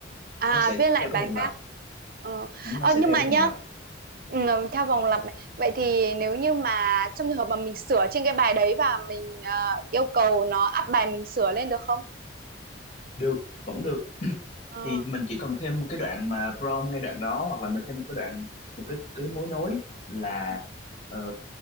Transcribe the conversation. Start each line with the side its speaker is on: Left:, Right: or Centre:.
Right: à
Left: nó sẽ
Right: viết lại
Left: theo cái
Right: bài
Left: vòng
Right: khác
Left: lặp
Right: ờ.
Left: nó
Right: ờ
Left: sẽ
Right: nhưng
Left: theo
Right: mà
Left: cái
Right: nhá
Left: vòng lặp
Right: ừ, theo vòng lặp này. vậy thì nếu như mà trong trường hợp mà mình sửa trên cái bài đấy và mình ờ, yêu cầu nó up bài mình sửa lên được không
Left: được vẫn được
Right: Ờ.
Left: thì mình chỉ cần thêm một cái đoạn mà prompt ngay đoạn đó hoặc là mình thêm một cái đoạn một cái cái mối nối là
Right: Ừ.
Left: ờ,